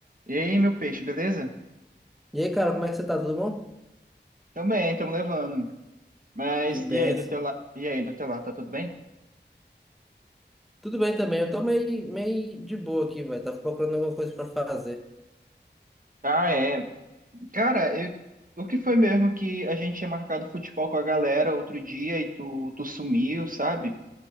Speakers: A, on the right (about 45°); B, in the centre.
A: E aí, meu peixe, beleza?
B: E aí, cara, como é que você tá? Tudo bom?
A: Também, estamos levando. Mas
B: Que benção.
A: e aí do teu lado? E aí do teu lado, tá tudo bem?
B: Tudo bem também, eu tô meio, meio de boa aqui, velho. Tava procurando alguma coisa pra fazer.
A: Ah, é. Cara, eu... o que foi mesmo que a gente tinha marcado futebol com a galera outro dia e tu, tu sumiu, sabe?